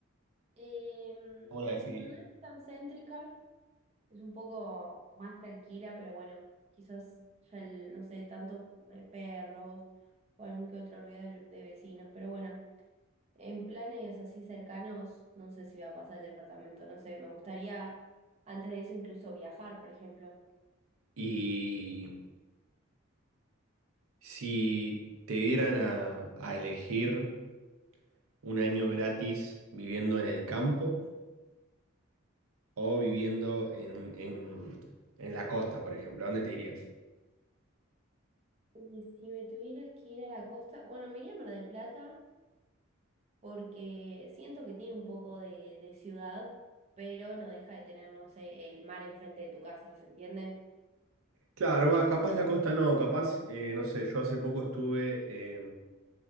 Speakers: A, on the right (about 30°); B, on the right (about 85°).
A: Eh,
B: ¿Cómo la definiría?
A: no es tan céntrica, es un poco más tranquila, pero bueno, quizás ya el- no sé, tanto eh, perros o algún que otro ruido de de vecinos, pero bueno. En planes así cercanos, no sé si voy a pasar el departamento, no sé, me gustaría antes de eso incluso viajar, por ejemplo.
B: Y si te dieran a, a elegir un año gratis viviendo en el campo o viviendo en, en, en la costa, por ejemplo, ¿a dónde te irías?
A: Y si me tuviera que ir a la costa, bueno, me iría a Mar del Plata porque siento que tiene un poco de, de ciudad, pero no deja de tener, no sé, el mar enfrente de tu casa, ¿se entiende?
B: Claro, va, capaz la costa no, capaz, eh, no sé, yo hace poco estuve